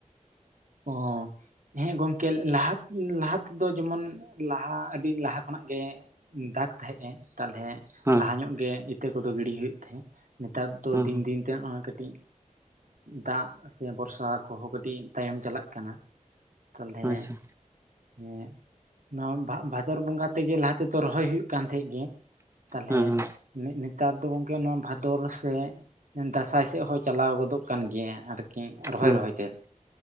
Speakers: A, on the right; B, on the right.
A: ᱚ ᱦᱮᱸ ᱜᱚᱝᱠᱮ ᱞᱟᱦᱟ ᱞᱟᱦᱟ ᱛᱮᱫᱚ ᱡᱮᱢᱚᱱ ᱞᱟᱦᱟ ᱟᱹᱰᱤ ᱞᱟᱦᱟ ᱠᱷᱚᱱᱟᱜ ᱜᱮ ᱫᱟᱜ ᱛᱟᱦᱮᱸᱜ ᱮ ᱛᱟᱞᱦᱮ
B: ᱦᱮᱸ
A: ᱞᱟᱦᱟ ᱧᱚᱜ ᱜᱮ ᱤᱛᱟᱹ ᱠᱚᱫᱚ ᱜᱤᱰᱤ ᱦᱩᱭᱩᱜ ᱛᱟᱦᱮᱸᱫ ᱱᱮᱛᱟᱨ ᱫᱚ
B: ᱦᱮᱸ
A: ᱫᱤᱱ ᱫᱤᱱ ᱛᱮ ᱚᱱᱟ ᱠᱟᱹᱴᱤᱡ ᱫᱟᱜ ᱥᱮ ᱵᱚᱨᱥᱟ ᱠᱚᱦᱚᱸ ᱠᱟᱹᱴᱤᱡ ᱛᱟᱭᱚᱢ ᱪᱟᱞᱟᱜ ᱠᱟᱱᱟ ᱛᱟᱞᱦᱮ
B: ᱟᱪᱪᱷᱟ
A: ᱦᱮᱸ ᱱᱚᱣᱟ ᱵᱷ ᱵᱷᱟᱫᱚᱨ ᱵᱚᱸᱜᱟ ᱛᱮᱜᱮ ᱞᱟᱦᱟ ᱛᱮᱫᱚ ᱨᱚᱦᱚᱭ ᱦᱩᱭᱩᱜ ᱠᱟᱱ ᱛᱟᱦᱮᱸᱫ ᱜᱮ᱾ ᱛᱟᱦᱚᱞᱮ
B: ᱦᱮᱸ ᱦᱮᱸ
A: ᱱᱮᱛᱟᱨ ᱫᱚ ᱜᱚᱝᱠᱮ ᱱᱚᱣᱟ ᱵᱷᱟᱫᱚᱨ ᱥᱮ ᱫᱟᱸᱥᱟᱭ ᱥᱮᱫ ᱦᱚᱸ ᱪᱟᱞᱟᱣ ᱜᱚᱫᱚᱜ ᱠᱟᱱ ᱜᱮᱭᱟ ᱟᱨᱠᱤ᱾ ᱠᱤ ᱨᱚᱦᱚᱭ
B: ᱦᱮᱸ
A: ᱨᱚᱦᱚᱭᱛᱮ